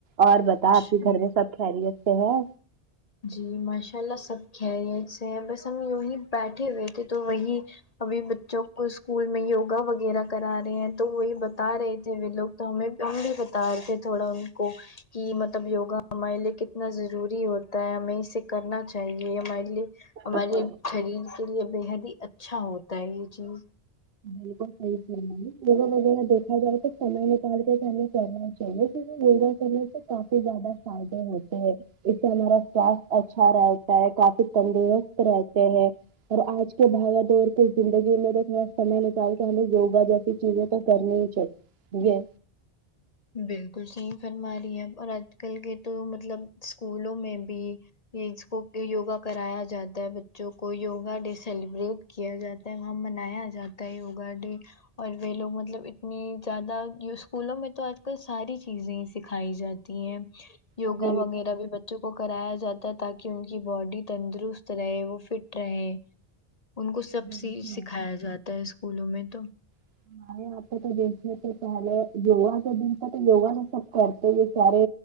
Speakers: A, on the right; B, on the left.
A: اور بتا
B: اچھا
A: آپ کے گھر میں سب خیریت سے ہیں
B: جی ماشاء اللہ سب خیریت سے ہیں بس ہم یوہی بیٹھے ہوئے تھے تو وہی ابھی بچوں کو اسکول میں یوگا وغیرہ کرا رہے ہیں تو وہی بتا رہے تھے وہ لوگ تو ہمیں ہم بھی بتا رہے تھے تھوڑا ان کو کہ مطلب یوگا ہمارے لیے کتنا ضروری ہوتا تا ہے ہمیں اسے کرنا چاہیے ہمارے لیے
A: ہے
B: ہمارے شریر تو یہ بے حد ہی اچھا ہوتا ہے یہ چیز
A: بالکل صحیح فرما رہی ہیں <unintelligible> دیکا جائے تو سمے نکال کے کہ ہمیں کرنا چلے سے وگا کرنے سے کافی زیادہ فائدے ہوتے ہیں اس سے ہمارا سواستھ اچھا رہتا ہے کافی تندرست رہتے ہیں اور آج کے بھاگا دور کے زندگی میں تو تھوڑا سمے لگتا سارے پہلے یوگا جیسی چیزیں تو کرنی ہی چاہیتی
B: بالکل صحیح فرما رہی ہے اور آج کل کے تو مطلب اسکولوں میں بھی یہ اس کو کہ یوگا کرایا جاتا ہے بچوں کو یوگا ڈے سیلیبریٹ کیا جاتا ہے وہا منایا جاتا ہے یوگا ڈے اور وہ لوگ مطلب اتنی زیادہ یہ اسکولوں میں تو آج ساری چیزیں سکھائی جاتی ہیں یوگا
A: بالکل
B: وغیرہ بھی ب بچوں کو کرایا جاتا ہے تاکہ ان کی باڈی تندرست رہے وہ فٹ رہے ان کو سب
A: بالکل
B: سی سکھایا جاتا ہے اسکولوں میں تو
A: <unintelligible> آپ تو دیکھنے تھے پہلے یوگا کا دن تھا تو یوگا تو سب کرتے ہی سارے